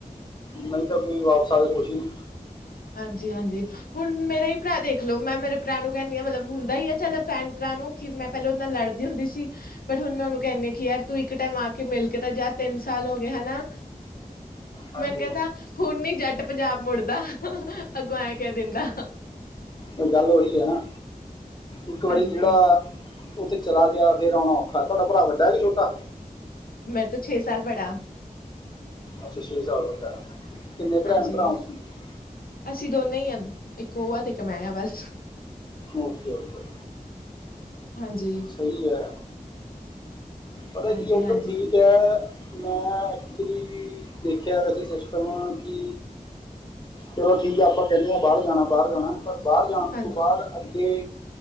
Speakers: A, on the left (about 30°); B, on the left (about 85°).
A: ਨਹੀ ਤਾਂ ਕੋਈ ਵਾਪਸ ਆਏ ਖੁਸ਼ ਹੀ ਨੀ।
B: ਹਾਂਜੀ-ਹਾਂਜੀ। ਹੁਣ ਮੇਰਾ ਹੀ ਭਰਾ ਦੇਖ ਲੋ ਮੈਂ ਮੇਰੇ ਭਰਾ ਨੂੰ ਕਹਿੰਦੀ ਹਾਂ ਮਤਲਬ ਹੁੰਦਾ ਹੀ ਹੈ ਚੱਲ ਭੈਣ ਭਰਾ ਨੂੰ ਕਿ ਮੈਂ ਪਹਿਲਾਂ ਉਹਦੇ ਨਾਲ ਲੜਦੀ ਹੁੰਦੀ ਸੀ। ਬਟ ਹੁਣ ਮੈਂ ਉਹਨੂੰ ਕਹਿੰਦੀ ਹਾਂ ਕਿ ਯਾਰ ਤੂੰ ਇੱਕ ਟਾਈਮ ਆ ਕੇ ਮਿਲ ਕੇ ਤਾ ਜਾ ਤਿੰਨ ਸਾਲ ਹੋ ਗਿਆ ਹਨਾ।
A: ਹਾਂਜੀ
B: ਮੈਨੂੰ ਕਹਿੰਦਾ ਹੁਣ ਨੀ ਜੱਟ ਪੰਜਾਬ ਮੁੜਦਾ ਅੱਗੋ ਇਦਾ ਕਿਹ ਦਿੰਦਾ।
A: ਇਹ ਗੱਲ ਉਹੀ ਹੈ ਨਾ ਇੱਕ ਵਾਰੀ
B: ਹਾਂਜੀ
A: ਜਿਹੜਾ ਉੱਥੇ ਚਲਾ ਗਿਆ ਫੇਰ ਆਉਣਾ ਔਖਾ ਤੁਹਾਡਾ ਭਰਾ ਵੱਡਾ ਹੈ ਕਿ ਛੋਟਾ?
B: ਮੇਰੇ ਤੋਂ ਛੇ ਸਾਲ ਬੜਾ।
A: ਅੱਛਾ ਛੇਹ ਸਾਲ ਵੱਡਾ। ਕਿੰਨੇ ਭੈਣ
B: ਹਾਂਜੀ
A: ਭਰਾ ਹੋ ਤੁਸੀਂ
B: ਅਸੀਂ ਦੋਨੇ ਹੀ ਆ ਇੱਕ ਉਹ ਆ ਤੇ ਇੱਕ ਮੈਂ ਆ ਬਸ।
A: ਓਕੇ-ਓਕੇ।
B: ਹਾਂਜੀ।
A: ਸਹੀ ਹੈ। ਪਤਾ
B: ਹਾਂਜੀ
A: ਕੀ ੳਧੱਰ
B: ਹਾਂਜੀ
A: ਦੀ ਮੈਂ ਐਕਚੁਲੀ ਦੇਖਿਆ ਵੈਸੇ ਸਿਸਟਮ ਕਿ ਚਲੋ ਠੀਕ ਆ ਆਪਾ ਕਹਿੰਨੇ ਹਾ ਬਾਰ ਜਾਣਾ, ਬਾਰ ਜਾਣਾ ਪਰ ਬਾਰ ਜਾਣ
B: ਹਾਂ
A: ਤੋਂ ਬਾਦ ਅੱਗੇ